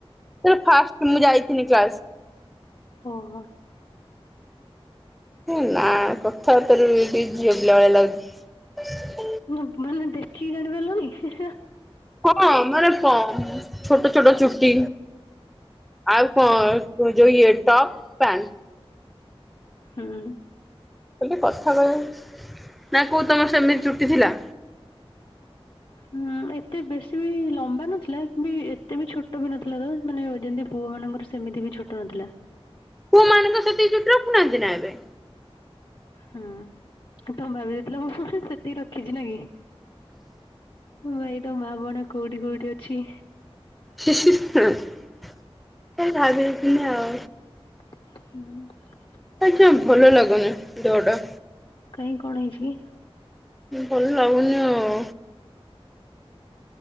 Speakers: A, in the centre; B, on the left.
A: ସେ ଫାଷ୍ଟ ମୁଁ ଯାଇଥିନି କ୍ଲାସ୍।
B: ଓହୋ!
A: ହେ ନା କଥାବାର୍ତ୍ତା ରୁ ବି ଝିଅ ପିଲା ଭଳିଆ ଲାଗୁଚି।
B: ନା ମାନେ ଦେଖିକି ଜାଣିପାରଲନି।
A: ହଁ ମାନେ ସମ୍ ଛୋଟ ଛୋଟ ଚୁଟି। ଆଉ କ ଯୋଉ ଇଏ ଟପ୍ ପ୍ୟାଣ୍ଟ।
B: ହୁଁ।
A: ଖାଲି କଥା କହିବା ନା କୋଉ ତୋମର ସେମିତି ଚୁଟି ଥିଲା?
B: ହୁଁ ଏତେ ବେଶୀ ବି ଲମ୍ବା ନଥିଲା କି ବି ଏତେ ବି ଛୋଟ ବି ନଥିଲା ତ ମାନେ ଯେମିତି ପୁଅ ମାନଙ୍କ ମୋର ସେମିତି ବି ଛୋଟ ନଥିଲା।
A: ପୁଅ ମାନେ କଣ ସେତିକି ଚୁଟି ରଖୁନାହାନ୍ତି ନା ଏବେ?
B: ହୁଁ ତୋମେ ଭାବିଦେଇଥିଲ ମୁଁ ବି ସେତିକି ର କିଛି ନା କି ଭାଇ ତ ମା ବଣ କୋଉଠି କୋଉଠି ଅଛି।
A: ସେ ଭାବି ଦେଇଥିନି ଆଉ।
B: ହୁଁ।
A: ଆଜି ଆଉ ଭଲ ଲାଗୁନି ଦେହଟା।
B: ଇ କଣ ହେଇଛି କି?
A: ଭଲ ଲାଗୁନି ଆଉ।